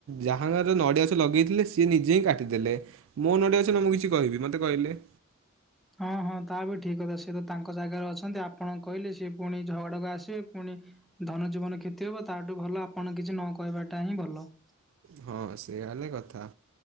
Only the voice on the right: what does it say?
ଯାହା ଘର ନଡ଼ିଆ ଗଛ ଲଗେଇଥିଲେ ସିଏ ନିଜେ ହିଁ କାଟିଦେଲେ। ମୋ ନଡ଼ିଆ ଗଛ ନା ମୁ କିଛି କହିବି ମତେ କହିଲେ?
ହଁ ସେଇଆ ହେଲା କଥା।